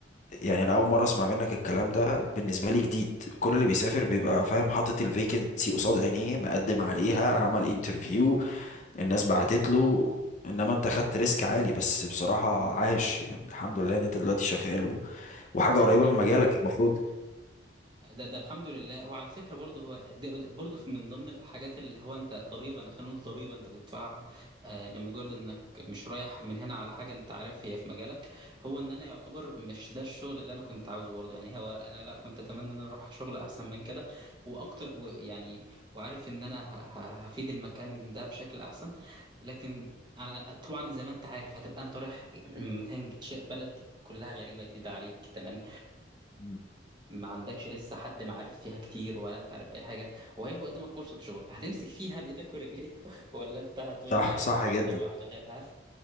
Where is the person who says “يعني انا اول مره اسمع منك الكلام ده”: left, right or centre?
Left